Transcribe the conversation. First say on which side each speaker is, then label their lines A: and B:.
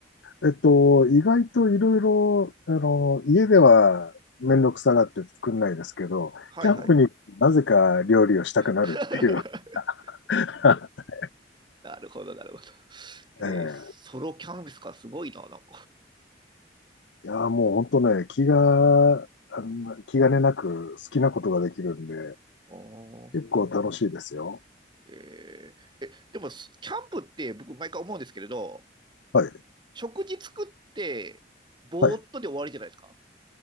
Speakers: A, on the left (about 75°); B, on the right (about 25°).
A: えっと、意外といろいろ、あの、家ではめんどくさがって作んないですけど、
B: はいはい。
A: キャンプになぜか料理をしたくなるっていう。
B: <laughs>
A: <laughs>
B: なるほど、なるほど。えーソロキャンプですか、
A: ええ
B: すごいな、なんか。
A: いや、もう本当ね、気が、あの気兼ねなく好きなことができるんで、
B: おー
A: 結構楽しいですよ。
B: えーえ、でも、すキャンプって僕、毎回思うんですけれど、
A: はい。
B: 食事作って、ぼーっとで終わりじゃないですか。
A: はい。